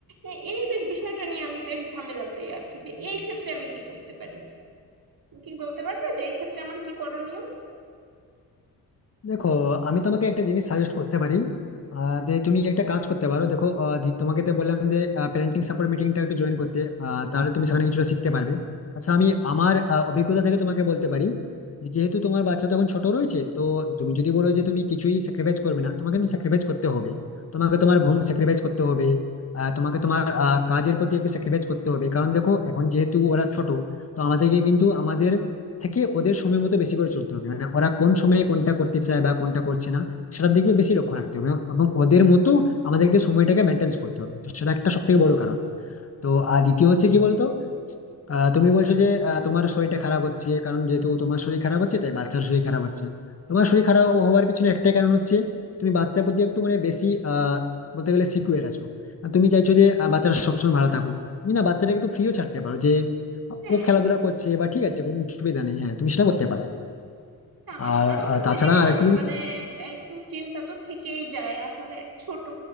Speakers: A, on the right (about 60°); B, on the left (about 35°).
A: এ- এই বে- বিষয়টা নিয়ে আমি বেশ ঝামেলাতেই আছি যে এই ক্ষেত্রে আমি কি করতে পারি তুমি কি বলতে পারবে যে এই ক্ষেত্রে আমার কি করণীয়
B: দেখো আমি তোমাকে একটা জিনিস সাজেস্ট করতে পারি আহ যে তুমি একটা কাজ করতে পারো দেখো আহ, ধি- তোমাকে তো বললাম যে প্যারেন্টিং সাপোর্ট মিটিংটা একটু জয়েন করতে আহ, তাহলে তুমি সেখানে কিছুটা শিখতে পারবে আচ্ছা আমি আমার আহ, অভিজ্ঞতা থেকে তোমাকে বলতে পারি যে যেহেতু তোমার বাচ্চা তখন ছোট রয়েছে তো তুমি যদি বলো যে তুমি কিছুই স্যাক্রিফাইস করবে না তোমাকে কিন্তু স্যাক্রিফাইস করতে হবে তোমাকে তোমার ঘুম স্যাক্রিফাইস করতে হবে আহ, তোমাকে তোমার আহ, কাজের প্রতি একটু স্যাক্রিফাইস করতে হবে কারণ দেখো এখন যেহেতু ওরা ছোট তো আমাদেরকে কিন্তু আমাদের থেকে ওদের সময় মতো বেশি করে চলতে হবে মানে ওরা কোন সময়ে কোনটা করতে চায় বা কোনটা করছে না সেটার দিকে বেশি লক্ষ্য রাখতে হবে এবং ওদের মতো আমাদেরকে সময়টাকে মেনটেন করতে হবে তো সেটা একটা সব থেকে বড় কারণ তো আর দ্বিতীয় হচ্ছে কি বলতো আহ তুমি বলছো যে আহ, তোমার শরীরটা খারাপ হচ্ছে কারণ যেহেতু তোমার শরীর খারাপ হচ্ছে তাই বাচ্চার শরীর খারাপ হচ্ছে তোমার শরীর খারাপ হওয়ার পিছনে একটাই কারণ হচ্ছে তুমি বাচ্চার প্রতি একটু মানে বেশি আহ বলতে গেলে সিকিউর আছো আর তুমি চাইছো যে আহ, বাচ্চাটা সবসময় ভালো থাকুক তুমি না বাচ্চাটাকে একটু ফ্রিও ছাড়তে পারো যে আহ,
A: হ্যাঁ
B: ও খেলাধুলা করছে বা ঠিক আছে কোনো অসুবিধা নেই হ্যাঁ তুমি সেটা করতে পারো
A: না, আমার
B: আর
A: আসলে
B: আহ, তাছাড়া
A: ওই যে ক-
B: আর একটু
A: মানে একটু চিন্তা তো থেকেই যায় আসলে ছোট